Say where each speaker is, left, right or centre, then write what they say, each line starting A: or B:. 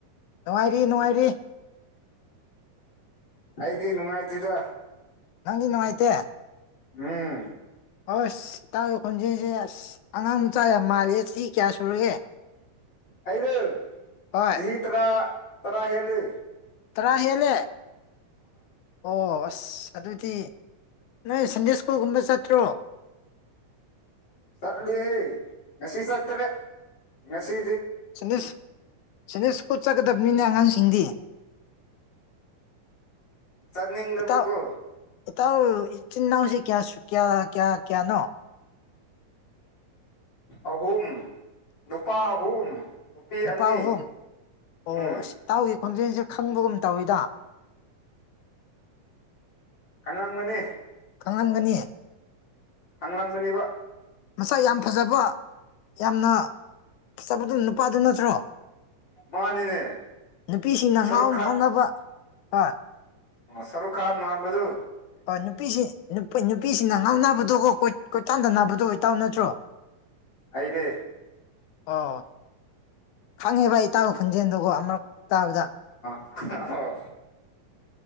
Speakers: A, on the left (about 75°); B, on the left (about 30°).
A: ꯅꯨꯡꯉꯥꯏꯔꯤ ꯅꯨꯡꯉꯥꯏꯔꯤ
B: ꯑꯩꯗꯤ ꯅꯨꯡꯉꯥꯏꯇꯗ
A: ꯅꯪꯗꯤ ꯅꯅꯨꯡꯉꯥꯏꯇꯦ
B: ꯎꯝ
A: ꯑꯣꯏ ꯑꯁ ꯏꯇꯥꯥꯛ ꯈꯣꯟꯖꯦꯜꯁꯦ ꯑꯁ ꯑꯉꯥꯡ ꯃꯆꯥ ꯌꯥꯝ ꯃꯥꯜꯂꯤꯦ ꯁꯤ ꯀꯌꯥ ꯁꯨꯔꯒꯦ
B: ꯑꯩꯗ
A: ꯍꯣꯏ
B: ꯆꯍꯤ ꯇꯔꯥ ꯇꯔꯥ ꯍꯦꯜꯜꯂꯤ
A: ꯇꯔꯥ ꯍꯦꯜꯂꯦ ꯑꯣ ꯑꯁ ꯑꯗꯨꯗꯤ ꯅ ꯁꯤꯟꯖꯦ ꯁꯀꯨꯜꯒꯨꯝꯕ ꯆ ꯊ꯭ꯔꯣ
B: ꯆꯠꯂꯤ ꯉꯁꯤ ꯁꯠꯇꯔ ꯉꯁꯤ
A: ꯁꯅꯤꯁ ꯁꯅꯤꯁ ꯈꯨꯠ ꯆꯠꯀꯗꯕꯅꯤꯅ ꯑꯉꯥꯡꯁꯤꯡꯗꯤ
B: ꯆꯠꯅꯤꯡꯗꯕꯣ
A: ꯏꯇꯥꯎ ꯏꯇꯥꯎ ꯏ ꯆꯤꯟꯅꯥꯎꯁꯤꯦ ꯀꯌꯥꯁꯨ ꯀꯌꯥ ꯀꯌꯥ ꯀꯌꯥꯅꯣ
B: ꯑꯍꯨꯝ ꯅꯨꯄꯥ ꯑꯍꯨꯝ ꯅꯨꯄꯤ
A: ꯅꯨꯄꯥ
B: ꯑꯅꯤ
A: ꯑꯍꯨꯝ ꯑꯣ
B: ꯎꯝ
A: ꯑꯁ ꯏꯇꯥꯎꯒꯤ ꯈꯣꯟꯖꯦꯜꯁꯦ ꯈꯪꯕꯒꯨꯝ ꯇꯧꯋꯤꯗ
B: ꯀꯪꯉꯝꯒꯅꯤ
A: ꯀꯝꯒꯅꯤ
B: ꯍꯪꯂꯝꯒꯅꯤꯕ
A: ꯃꯁꯛ ꯌꯥꯝ ꯐꯖꯕ ꯌꯥꯝꯅ ꯐꯖꯕꯗꯨ ꯅꯨꯄꯥꯗꯨ ꯅꯠꯇ꯭ꯔꯣ
B: ꯃꯥꯅꯤꯅꯦ
A: ꯅꯨꯄꯤꯁꯤꯡꯅ
B: ꯁꯔꯨꯛ
A: ꯉꯥꯎ ꯉꯥꯎꯅꯕ ꯍꯣꯏ
B: ꯁꯔꯨ ꯀꯥ ꯃꯥꯥꯟꯕꯗꯨ
A: ꯍ ꯅꯨꯄꯤꯁꯤ ꯅꯨ ꯅꯨꯄꯤꯁꯤꯅ ꯉꯥꯎ ꯅꯥꯕꯗꯣꯀꯣ ꯀꯣꯏ ꯀꯣꯏꯇꯥꯟꯗꯅꯥꯕꯗꯣ ꯑꯣꯏꯇꯥꯎ ꯅꯠꯇ꯭ꯔꯣ
B: ꯑꯩꯅꯦ
A: ꯑꯣ ꯈꯪꯉꯤ ꯚ ꯇꯥꯕ ꯈꯨꯟꯖꯦꯜꯗꯨꯒꯣ ꯑꯃꯛ ꯇꯥꯕꯗ
B: ꯍꯣ